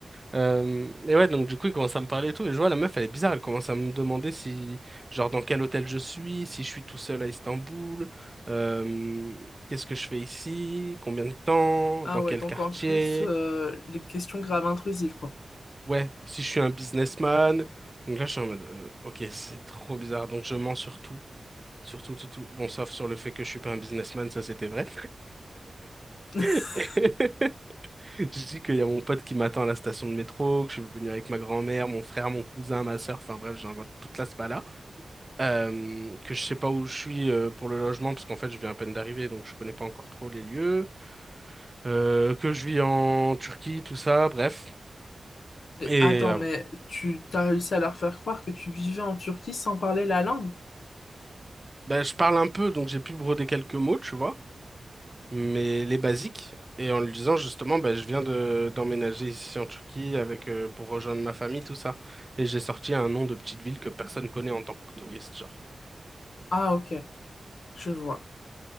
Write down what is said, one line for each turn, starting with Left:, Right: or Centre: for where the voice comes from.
Right: Euh, et ouais, donc du coup, il commence à me parler et tout. Et je vois, la meuf, elle est bizarre. Elle commence à me demander si, genre, dans quel hôtel je suis, si je suis tout seul à Istanbul, euh, qu'est-ce que je fais ici, combien de temps,
Left: Ah
Right: dans
Left: ouais,
Right: quel
Left: donc
Right: quartier,
Left: en plus, euh, les questions graves intrusives, quoi.
Right: ouais, si je suis un businessman. Donc là, je suis en mode, euh, ok, c'est trop bizarre. Donc je mens sur tout, sur tout, tout, tout. Bon, sauf sur le fait que je suis pas un businessman, ça c'était vrai.
Left: <laughs>
Right: <laughs> <laughs> Je dis qu'il y a mon pote qui m'attend à la station de métro, que je suis venu avec ma grand-mère, mon frère, mon cousin, ma sœur, enfin bref, j'invente toute la spala. Euh, que je sais pas où je suis euh, pour le logement, parce qu'en fait, je viens à peine d'arriver, donc je connais pas encore trop les lieux. Euh, que je vis en Turquie, tout ça, bref.
Left: Et
Right: Et
Left: attends,
Right: euh,
Left: mais tu t'as réussi à leur faire croire que tu vivais en Turquie sans parler la langue?
Right: ben, je parle un peu, donc j'ai pu broder quelques mots, tu vois, mais les basiques. Et en lui disant justement, ben, je viens de d'emménager ici en Turquie avec euh, pour rejoindre ma famille, tout ça. Et j'ai sorti un nom de petite ville que personne connaît en tant que touriste, genre.
Left: Ah, ok, je vois.